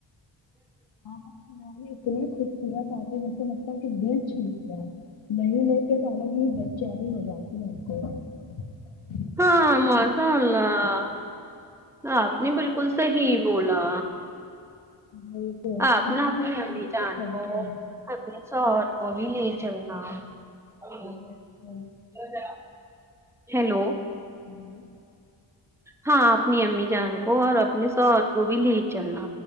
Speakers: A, on the left; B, in the centre.
A: ہاں بس میں اتنے پورا آتے جیسے لگتا ہے کہ دل چھوٹ جائے نہیں لیتے تو الگ ہی دل چیاری ہو جاتی ہے ہم کو
B: ہاں ماشاء اللہ آپ نے بالکل صحیح بولا
A: بالکل
B: آپ
A: ہم
B: ن اپنی
A: اور سنڈے
B: امی جان
A: چلتے
B: کو
A: ہیں
B: اپنے سوور کو بھی لے چلنا ہے ہم
A: بالکل
B: گ ہیلو
A: ہلو
B: ہاں اپنی امی جان کو اور اپنے سور کو بھی لے چلنا